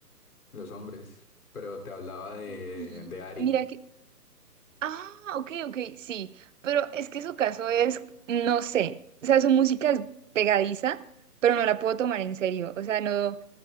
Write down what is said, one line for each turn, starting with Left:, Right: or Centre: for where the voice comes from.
Left: los hombres. Pero te hablaba de,
Right: Ujú.
Left: de Ari.
Right: Mira Ah, ok, ok, sí, pero es que su caso es, no sé, o sea, su música es pegadiza, pero no la puedo tomar en serio, o sea, no,